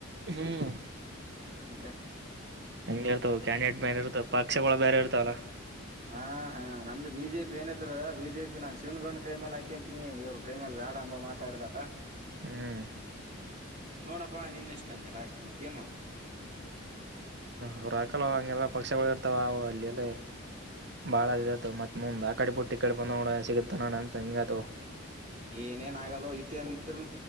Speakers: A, on the right; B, on the right.
A: ಹ್ಮ್
B: ಮತ್ತೆ
A: ಹಂಗೆ ಇರ್ತಾವ ಕ್ಯಾಂಡಿಡೇಟ್ ಬೇರೆ ಇರ್ತಾವ ಪಕ್ಷಗಳು ಬೇರೆ ಇರ್ತಾವಲ್ಲಾ
B: ಹಾ ಹಾ ನಂದು ಬಿಜೆಪಿ ಏನಿದ್ರು ಬಿಜೆಪಿ ನಾು ಶಿವನ್ಗೊಂಡ್ ಕೈ ಮೇಲೆ ಆಕೇಂತ ನೀವರು ಕೈ ಮೇಲೆ ವ್ಯಾಡ ಅಂಬ ಮಾತಾಡಿದ
A: ಹ್ಮ್
B: ನೋಡಪ್ಪಾ ನೀನ್ ಎಷ್ಟ ಂದಲ್ಲ ಅಸ್ಟಿಕ್ ಮತ್ತೆ ಏನ್ ಮಾಡ
A: ಅವರುಾಕಲ್ ಹಂಗೆಲ್ಲ ಪಕ್ಷಗಳು ಇರ್ತಾವವು ಅಲ್ಲಿ ಎಲ್ಲ ಬಾಳತವ ಮತ್ ಮುಂದ್ ಆ ಕಡೆ ಬಿಟ್ಟು ಈ ಕಡೆ ಬಂದನಾ ಸಿಗುತ್ತ ನ ಅಂತ ಹಿಂಗತ
B: ಏನೇನ ಆಗಲ್ಲೋ ಇನ್ ಇದ್ರೂ